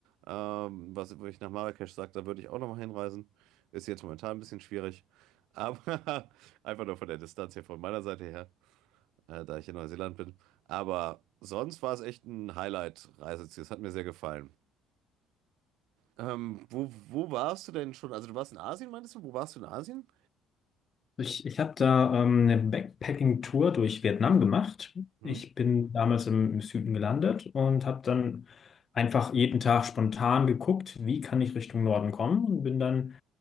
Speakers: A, on the right; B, on the left.
A: Ähm, was, wo ich nach Marrakesch sage, da würde ich auch nochmal hinreisen. Ist jetzt momentan ein bisschen schwierig. Aber <laughs> Einfach nur von der Distanz her, von meiner Seite her, äh, da ich in Neuseeland bin. Aber sonst war es echt ein Highlight-Reiseziel. Es hat mir sehr gefallen. Ähm, wo, wo warst du denn schon? Also du warst in Asien, meintest du? Wo warst du in Asien?
B: Ich, ich habe da ähm, eine Backpacking-Tour durch Vietnam gemacht.
A: Hm?
B: Ich bin damals im, im Süden gelandet und habe dann einfach jeden Tag spontan geguckt, wie kann ich Richtung Norden kommen und bin dann